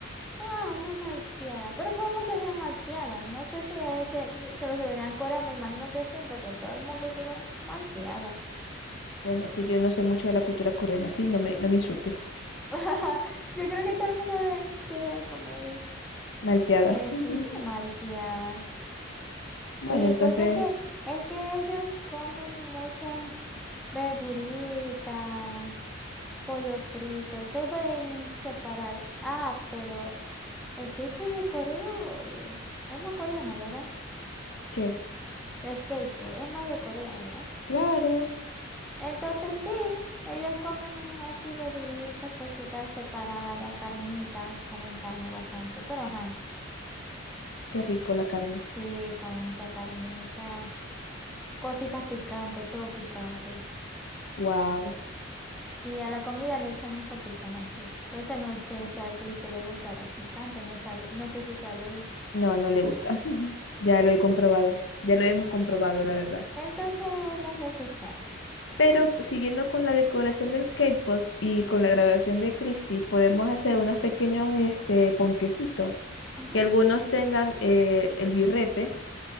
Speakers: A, in the centre; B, on the left.
A: Ah, una malteada. Pero podemos servir malteada. No sé si, es el- si se lo servirán en Corea. Me imagino que sí, porque todo el mundo sirve malteada.
B: Bueno, es que yo no sé mucho de la cultura coreana, sí, no me, no me insultes.
A: <laughs> Yo creo que todo el mundo debe, debe comer
B: Malteada.
A: eso,
B: <laughs>
A: sí, malteadas. Sí,
B: Bueno, entonces,
A: porque es que, es que ellos comen muchas verduritas, pollo frito, todo en separado. Ah, pero el K-pop de Corea o de- es más coreano, ¿verdad?
B: ¿qué?
A: El K-pop es más de Corea, ¿verdad?
B: Claro,
A: Entonces sí, ellos comen así verduritas, cositas separadas, carnitas, comen carne bastante, pero ajá,
B: qué rico la carne.
A: sí, comen mucha carnita, cositas picantes, todo picante.
B: Wow.
A: Sí, a la comida le echan mucho picante. Entonces no sé si a Cristi le gustará el picante, no sabe, no sé si sabéis.
B: No, no le gusta. <laughs> Ya lo he comprobado. Ya lo hemos comprobado,
A: Ent-
B: la verdad.
A: Entonces no es necesario.
B: Pero pues, siguiendo con la decoración del K-pop y con la grabación de Christie, podemos hacer unos pequeños este, ponquecitos.
A: Ujú,
B: que algunos tengan eh, el birrete